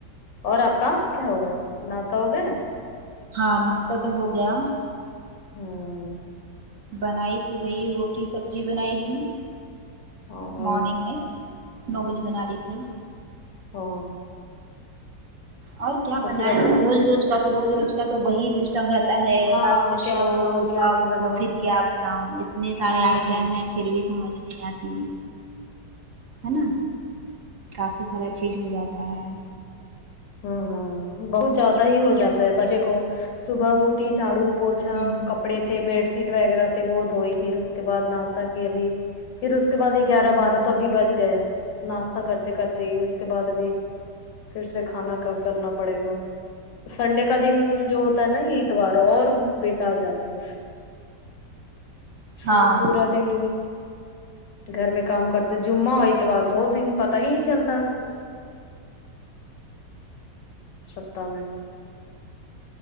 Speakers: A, on the left (about 85°); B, on the right (about 55°).
A: اور آپ کا کیا ہوگیا ناشتہ ہو گیا
B: ہاں ناشتہ تو ہو گیا
A: ہاں
B: بنائی تھی وہی روٹی سبزی بنائی تھی
A: ہاں ہاں
B: مارننگ میں نو بجے بنا لی تھی
A: ہاں
B: اور کیا
A: تو
B: بنائے
A: پھر ابھی
B: روز روز کا تو روز روز کا تو وہی سسٹم رہ تا ہے
A: ہاں
B: رات میں
A: کیا
B: شو
A: بناؤ
B: صبح
A: کیا نہیں
B: اٹھو
A: بناؤ
B: پھر گیا بناؤ اتنے سارے
A: ہوں
B: آئٹم ہیں پھر بھی سمجھ نہیں آتی ہے نا کافی سارا چیز ہو جاتا ہے
A: ہوں ہوں بہت زیادہ ہی ہو جاتا ہے بچے کو صبح اٹ تی جھاڑو پوچا
B: ہوں
A: کپڑے تھے بیڈ شیٹ وغیرہ تھے وہ دھوئی پھر اس کے بعد ناشتہ کی ابھی پھر اس کے بعد گیارہ
B: ہوں
A: بارہ
B: ہوں
A: تو ابھی بج گئے ناشتہ کرتے کرتے ہی اس کے بعد ابھی پھر سے کھانا کم کرنا پڑے گا تو سنڈے کا دن جو ہوتا ہے نا اتوار اور بےیکار جاتی ہے مطلب
B: ہاں
A: پورا دن گھر میں کام کرتے جمعہ ہو اتوار دو دن پتا ہی چلتا سپتہ میں